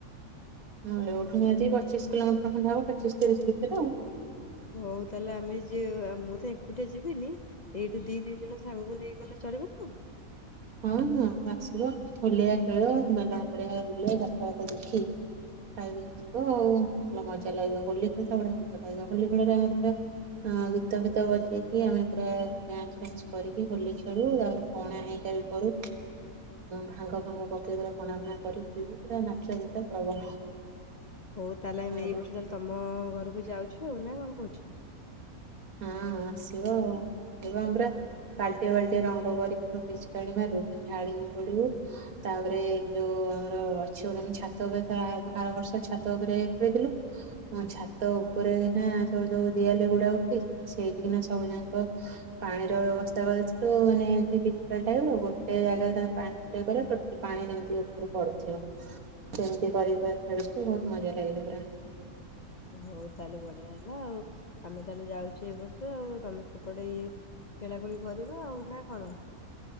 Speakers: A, on the right (about 75°); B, on the left (about 40°).
A: ହଁ ଏଇଠୁନିହାତି ପଚିଶ କିଲୋମିଟର ଖଣ୍ଡେ ହବ ପଚିଶ ତିରିଶ ଭିତରେ ଆଉ।
B: ହଉ ତାହେଲେ ଆମେ ଯିଏ ମୁଁ ତ ଏକୁଟିଆ ଯିବିନି ଏଇଠି ଦି ତିନି ଜଣ ସାଙ୍ଗକୁ ନେଇକି ଗଲେ ଚଳିବ ତ?
A: ହଁ ହଁ ଆସିବ ହୋଲିଆ ଖେଳ ମେଲଣ ପଡିଆ ବୁଲିବ ଯାତ୍ରା ଫାତ୍ରା ଦେଖି ଖାଇକି। ଯିବ ଆଉ ପୁର ମଜା। ମଜା ଲାଗିବ ହୋଲି ଖେଳ ଟା ବଢିଆ ମଜା ଲାଗିବ ହୋଲି ଖେଳରେ ଆମେ ପୁରା ଗୀତ ଫିତ ବଜେଇକି ଆମେ ପୁରା ଡନ୍ସ ଫାନ୍ସ କରିକି ହୋଲି ଖେଳୁ ଆଉ। ପଣା ହେଇକା ବି କରୁ ଭାଙ୍ଗ ଭାଙ୍ଗ ପକେଇ ପୁରା ପଣା ଫଣା କରି ପିଉ ପୁରା ନାଚ ଗୀତ ପ୍ରବଳ।
B: ହଉ ତାହେଲେ
A: ହଁ
B: ଆମେ ଏଇ ବର୍ଷହେଲେ ତମ ଘର କୁ। ଯାଉଛୁ ଆଉ ନା କଣ କହୁଛୁ।
A: ହଁ ଆସିବ ଆମେ ପୁରା ବାଲ୍ଟି ଏ ବାଲ୍ଟି ଏ ରଙ୍ଗ କରିକି ସବୁ ପିଚକାରି ମାରୁ ଢାଳି ହେଇ ପଡିବୁ ତାପରେ ଯୋଉ ଆମର ଅଛି ଗୋଟେ ଛାତ ଉପରେ ଆର ବର୍ଷ ଛାତ ଉପରେ ଖେଥିଲୁ ଛାତ ଉପରେନା ଯୋଉ ଦିଆଲି ଗୁଡାକୁ ସେଇଠିକିନା ସବୁ ଯାକ ପାଣିର ବ୍ୟବସ୍ଥା କରି ଦେଇଥିଲୁ ମାନେ ଏମତି ପିକକାରି ଟା ଆଣିଲୁ ଗୋଟେ ଜାଗାରେ ପାଣି ପୂରାଇ ଦେଲ ପାଣି ଯେମତି ଉପରୁ ପଡୁଥିବ ସେମିତି କରି କାରିକା ଖେଳୁ ବହୁତ ମଜା ଲାଗିଲା ପୁରା।
B: ହଉ ତାହେଲେ ବଢିଆ ହେଲା ଆଉ ଆମେ ତାହେଲେ ଯାଉଛେ ଏବର ର୍ଷ ଆଉ ତମେ ସେପଟେ ଇଏ ଖେଳାଖେଳି କରି ବୁ ଆଉ ନା କଣ।